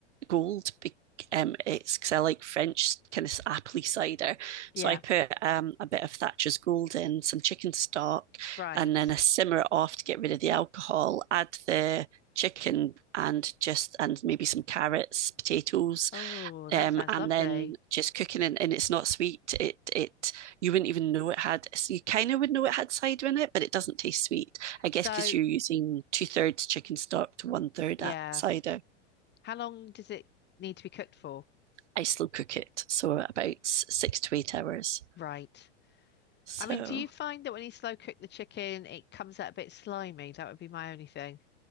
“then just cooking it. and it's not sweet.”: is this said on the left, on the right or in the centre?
Right